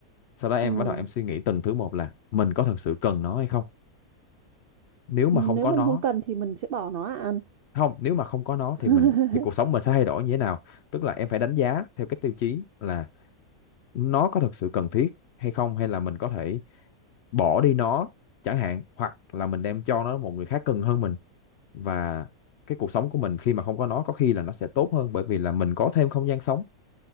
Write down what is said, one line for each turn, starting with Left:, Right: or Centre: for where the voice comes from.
Left: sau đó em
Right: ừ
Left: bắt đầu em suy nghĩ từng thứ một là mình có thật sự cần nó hay không nếu mà
Right: nếu
Left: không có
Right: mình
Left: nó
Right: không cần thì mình sẽ bỏ nó à anh
Left: không nếu mà không có nó
Right: <laughs>
Left: thì mình thì cuộc sống mình sẽ thay đổi như thế nào tức là em phải đánh giá theo cái tiêu chí là nó có thật sự cần thiết hay không hay là mình có thể bỏ đi nó chẳng hạn hoặc là mình đem cho nó một người khác cần hơn mình và cái cuộc sống của mình khi mà không có nó có khi là nó sẽ tốt hơn bởi vì là mình có thêm không gian sống